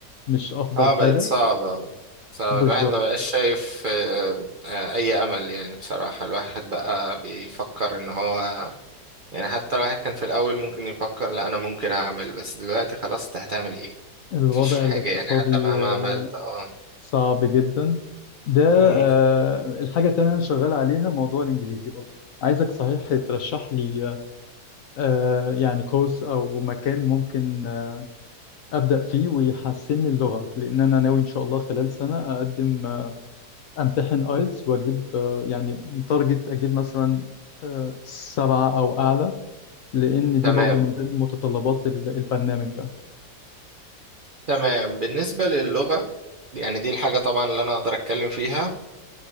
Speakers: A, on the left; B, on the right.
A: مش أفضل
B: اه
A: حاجة
B: بقت صعبة صعبة
A: بالظبط
B: الواحد ما بقاش شايف آه، آه، أي أمل يعني بصراحة الواحد بقى بيفكر إن هو يعني حتى الواحد كان في الأول ممكن يفكر لا أنا ممكن أعمل بس دلوقتي خلاص أنت هتعمل إيه؟
A: الوضع
B: مفيش حاجة
A: الاقتصادي
B: يعني حتى مهما
A: آه
B: عملت اه
A: صعب جدا ده
B: مم.
A: آه الحاجة التانية أنا شغال عليها موضوع الإنجليزي برضه عايزك صحيح ترشح لي آه، يعني كورس أو مكان ممكن آه، أبدأ فيه ويحسن لي اللغة لأن أنا ناوي إن شاء الله خلال سنة أقدم آه، أمتحن آيلتس وأجيب آه، يعني تارجت أجيب مثلا آه، سبعة أو أعلى لأن دي
B: تمام
A: برضو من ضمن متطلبات ال- البرنامج ده
B: تمام بالنسبة للغة يعني دي الحاجة طبعا اللي أنا أقدر أتكلم فيها